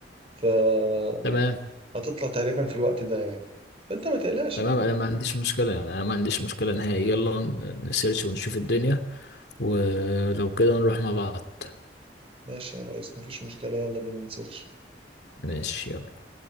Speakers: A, on the right; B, on the left.
A: فهتطلع
B: تمام
A: تقريبا في الوقت ده يعني فانت ما تقلقش
B: تمام
A: يعني
B: انا ما عنديش مشكله يعني انا ما عنديش مشكله نهائي يلا ن- نسيرش ونشوف الدنيا ولو كده نروح مع بعض
A: ماشي يا ريس مفيش مشكلة يلا بينا نسيرش
B: ماشي يلا